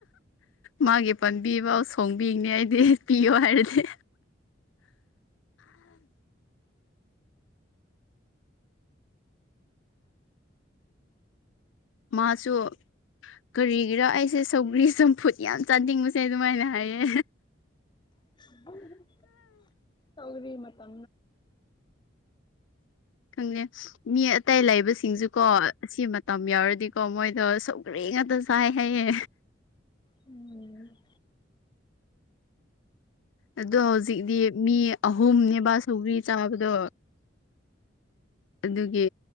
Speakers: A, on the left; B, on the left.
A: ꯃꯥꯒꯤ ꯄꯥꯟꯕꯤꯐꯥꯎ ꯁꯣꯡꯕꯤꯅꯤ ꯑꯩꯗꯤ ꯄꯤꯌꯣ ꯍꯥꯏꯔꯗꯤ ꯃꯥꯁꯨ ꯀꯔꯤꯒꯤꯔꯥ ꯑꯩꯁꯦ ꯁꯧꯒ꯭ꯔꯤ ꯆꯝꯐꯨꯠ ꯌꯥꯝ ꯆꯥꯅꯤꯡꯕꯁꯦ ꯑꯗꯨꯃꯥꯏꯅ ꯍꯥꯏꯌꯦ
B: ꯎ ꯇꯧꯔꯤ ꯃꯅ
A: ꯈꯪꯅꯦꯦ ꯃꯤ ꯑꯇꯩ ꯂꯩꯕꯁꯤꯡꯁꯨ ꯀꯣ ꯁꯤ ꯃꯇꯝ ꯌꯥꯎꯔꯗꯤꯀꯣ ꯃꯣꯏꯗ ꯁꯧꯒ꯭ꯔꯦ ꯉꯥꯛꯇ ꯆꯥꯏ ꯍꯥꯏꯌꯦ
B: ꯎꯝ
A: ꯑꯗꯣ ꯍꯧꯖꯤꯛꯇꯤ ꯃꯤ ꯑꯍꯨꯝꯅꯦꯕꯕꯥ ꯁꯧꯒ꯭ꯔꯤ ꯆꯥꯕꯗꯣ ꯑꯗꯨꯒꯤ